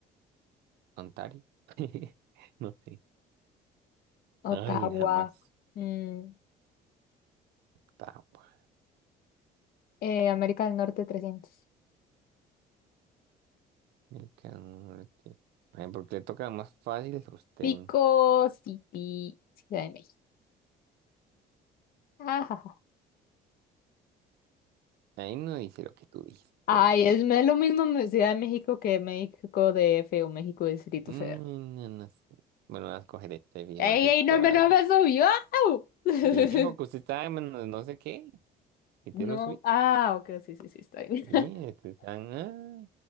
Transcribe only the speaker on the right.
Ontario. <laughs> No sé. Ay,
jamás.
más.
Me cago en Ay, porque le toca más fácil a usted.
Ahí no dice lo que tú dices,
pero bueno.
mm,
no, no sé. Bueno, voy a escoger este viejo
a hacer
toda.
Sí, porque usted está en menos no sé qué. Y te
lo subí.
Sí, este está. ah,